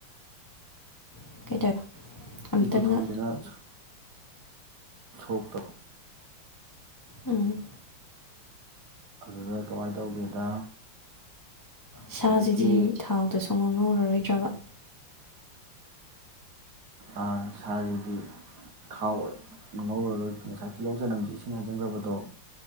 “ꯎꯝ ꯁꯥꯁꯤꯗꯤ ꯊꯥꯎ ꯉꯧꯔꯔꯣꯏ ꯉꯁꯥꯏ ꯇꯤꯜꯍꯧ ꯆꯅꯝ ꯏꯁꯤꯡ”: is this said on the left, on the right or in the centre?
Right